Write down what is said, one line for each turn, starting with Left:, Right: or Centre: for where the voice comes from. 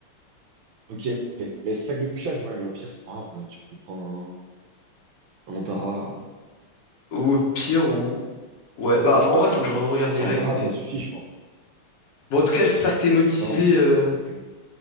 Right: Ok. Mais sac de couchage, ouais, mais au pire, c'est pas grave. Tu peux prendre un, un drap.
Left: Ou au pire, ou. Ouais, bah en vrai, faut que je regarde les
Right: Un
Left: règles,
Right: drap,
Left: mais.
Right: ça suffit, je pense.
Left: Bon, en tout cas, j'espère que t'es motivé.
Right: Non, mais
Left: euh,
Right: pas trop frileux.